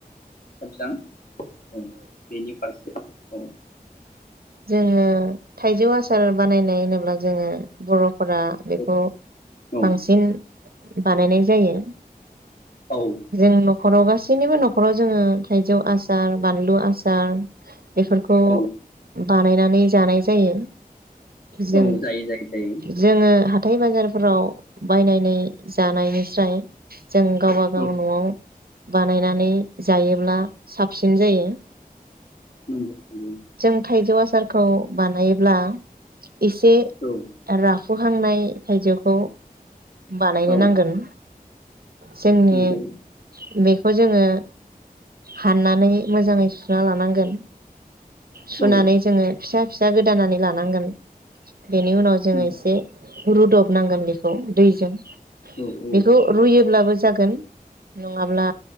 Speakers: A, on the left; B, on the right.
A: खेबजां। औ बेनि फारसे औ।
B: जोङो थाइजौ आसार बानायनाय होनोब्ला जोङो बर' फोरा बेखौ
A: औ औ
B: बांसिन बानायनाय जायो।
A: औ
B: जों न नख'राव गासैनिबो नखराव जोङो थाइजौ आसार बानलु आसार बेफोरखौ
A: औ
B: बानायनानै जानाय जायो। जों
A: औ जायो जायो जायो।
B: जोङो हाथाय बाजारफोराव बायनानै जानायनिस्राय जों गावबागाव
A: औ
B: न'आव बानायनानै जायोब्ला साफ साबसिन जायो।
A: नंगौ। नंगौ
B: जों थाइजौ आसारखौ बानायोब्ला <inaudible> इसे
A: औ
B: रा मोनहांनाय थाइजौखौ बानायनो
A: औ
B: नांगोन। जोंनि
A: नंगौ
B: बे खौ जोङो हाननानै मोजाङै सुना लानांगोन। सुनानै
A: औ
B: जोङो फिसा फिसा गोदानानै लानांगोन। बेनि उनाव जोङो
A: नंगौ
B: एसे रुदबनांगोन बेखौ दैजों।
A: औ औ
B: बेखौ रुयोब्लाबो जागोन नङाब्ला